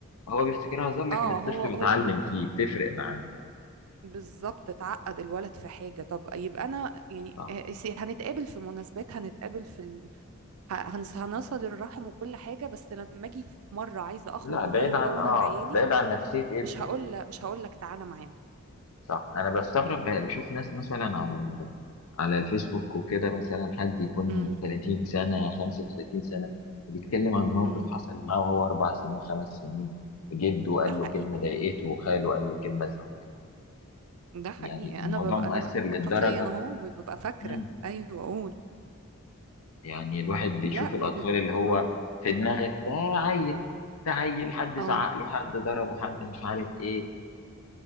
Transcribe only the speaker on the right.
اه
هو
هو
بالظبط اتعقد الولد في حاجة طب يبقى أنا يعني
آه، سي- هنتقابل في مناسبات هنتقابل في ال... ه- هنص- هنصل الرحم وكل حاجة بس لما أجي في مرة عايزة أخرج
أغير
جو
أنا وعيالي
مش هقول مش هقول لك تعالى معانا
امم
امم
ده
حقيقي
ده حقيقي
أنا ببقى
أنا ببقى
شخصيا أهو ببقى فاكرة
أيوه أقول
لا
ب... ب...
اه
اه